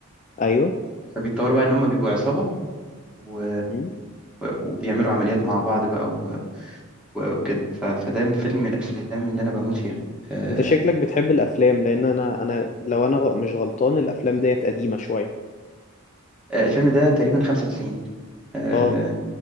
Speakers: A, on the left; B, in the centre.
A: ايوه
B: فبيتطوروا بقى إن هما بيبقوا عصابة و...
A: مم.
B: وبيعملوا عمليات مع بعض بقى وكده ف- فده فيلم من الافلام اللي انا بموت فيها آه،
A: انت شكلك بتحب الافلام لان انا انا لو انا غ- مش غلطان الافلام ديت قديمه شويه
B: آه، الفيلم ده تقريبا 95 آه،
A: اه